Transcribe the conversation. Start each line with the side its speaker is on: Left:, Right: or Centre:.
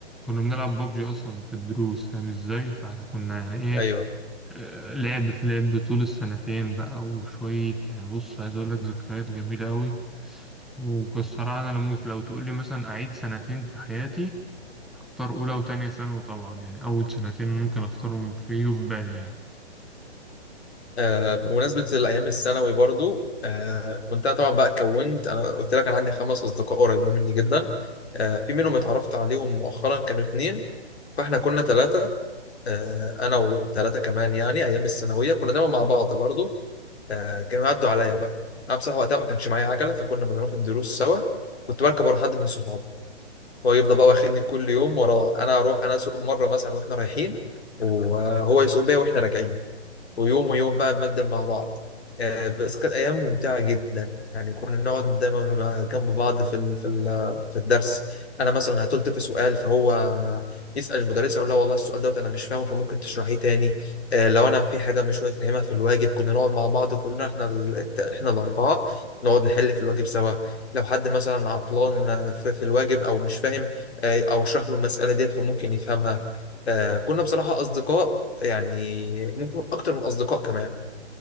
Centre: كنا بنلعب بابجي أصلا في الدروس فاهم ازاي فاحنا كنا يعني ايه
Left: ايوه
Centre: آه، لعب في لعب طول السنتين بقى وشوية يعني بص عايز أقول لك ذكريات جميلة أوي والصراحة أنا لما لو تقول لي مثلا أعيد سنتين في حياتي أختار أولى وتانية ثانوي طبعا يعني أول سنتين ممكن أختارهم في في بالي يعني
Left: آه بمناسبة الأيام الثانوي برضو آه كنت أنا طبعا بقى كونت أنا قلت لك أنا عندي خمس أصدقاء قريبين مني جدا آه في منهم اتعرفت عليهم مؤخرا كانوا اتنين فإحنا كنا تلاتة آه أنا وتلاتة كمان يعني أيام الثانوية كنا دايما مع بعض برضو آه كانوا يعدوا عليا بقى أنا بصراحة وقتها ما كانش معايا عجلة فكنا بنروح الدروس سوا كنت بركب ورا حد من صحابي هو يفضل بقى واخدني كل يوم وراه أنا أروح أنا أسوق مرة مثلا وإحنا رايحين وهو يسوق بيا وإحنا راجعين ويوم ويوم بقى نبدل مع بعض آه، بس كانت أيام ممتعة جدا يعني كنا نقعد دايما مع- جنب بعض في ال- في ال- في الدرس أنا مثلا هتلت في سؤال فهو يسأل المدرسة يقول لها والله السؤال دوت أنا مش فاهمه فممكن تشرحيه تاني آه، لو أنا في حاجة مش فاهمها في الواجب كنا نقعد مع بعض كلنا إحنا ال- الت- إحنا الأربعة نقعد نحل في الواجب سوا لو حد مثلا عطلان آه، في في الواجب أو مش فاهم آه، أو أشرح له المسألة ديت فممكن يفهمها آه، كنا بصراحة أصدقاء يعني ممكن اكتر من اصدقاء كمان